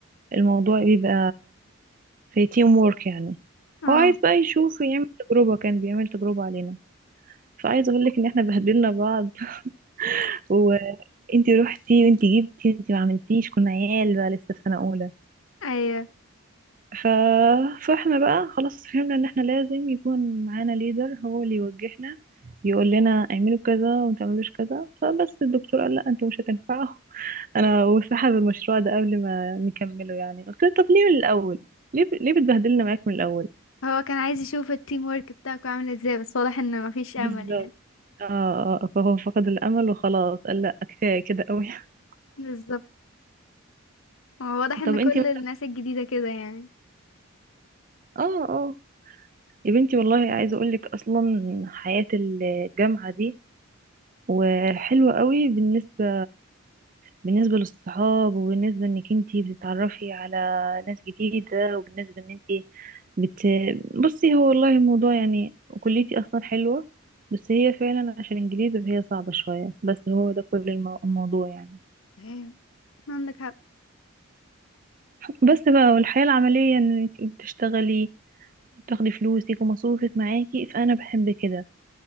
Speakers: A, on the right; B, on the left.
A: الموضوع بيبقى في تيم وورك يعني
B: اه
A: هو عايز بقى يشوف يعمل تجربة كان بيعمل تجربة علينا فعايز اقول لك ان احنا بهدلنا بعض <laughs> وانتي روحتي وانتي جبتي وانتي ما عملتيش كنا عيال بقى لسه في سنة اولى
B: ايوه
A: ف... فاحنا بقى خلاص فهمنا ان احنا لازم يكون معانا ليدر هو اللي يوجهنا يقول لنا اعملوا كذا وما تعملوش كذا فبس الدكتور قال لا انتوا مش هتنفعوا <laughs> انا وسحب المشروع ده قبل ما نكمله يعني قلت له طب ليه من الاول ليه ليه بتبهدلنا معاك من الاول
B: هو كان عايز يشوف التيم ورك بتاعكم عامل ازاي بس واضح ان مفيش امل
A: بالظبط
B: يعني
A: اه آه، فهو فقد الامل وخلاص قال لا كفايه كده قوي <laughs>
B: بالظبط هو واضح ان
A: طب
B: كل
A: انتي مثلا
B: الناس الجديدة كده يعني
A: اه اه يا بنتي والله عايزه اقول لك اصلا حياه الجامعه دي وحلوه قوي بالنسبه بالنسبه للصحاب وبالنسبه انك انتي بتتعرفي على ناس جديده وبالنسبه ان انتي بت بصي هو والله الموضوع يعني كليتي اصلا حلوه بس هي فعلا عشان انجليزي فهي صعبه شويه بس هو ده كل المو- الموضوع يعني
B: ايوه عندك حق
A: بس بقى والحياة العملية انك بتشتغلي وتاخدي فلوسك ومصروفك معاكي فانا بحب كده